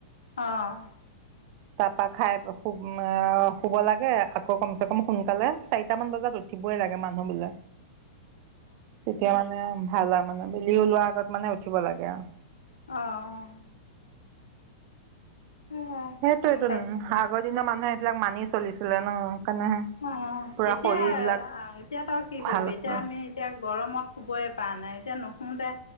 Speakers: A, on the left; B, on the right.
A: অ'
B: তাপা খাই প শুব মআ, খাই শুব লাগে আকৌ কম চে কম সোনকালে, চাৰিটা মান বজাত উঠিবই লাগে মানুহ বোলে। তেতিয়া মানে ভাল আৰু মানে বেলি ওলোৱা আগত মানে উঠিব লাগে আৰু।
A: অ <unintelligible>
B: সেইটোৱেই
A: সোনকালে
B: টো আগৰ দিনৰ মানুহে এইবিলাক মানি চলিছিলে ন সেইকাৰণেহে
A: অ
B: পুৰা
A: এতিয়া
B: শৰীৰ বিলাক
A: এতিয়া তই কি
B: ভাল
A: কৰিবি
B: আছিল
A: এতিয়া আমি এতিয়া গৰমত শুবই পৰা নাই এতিয়া নুশুতে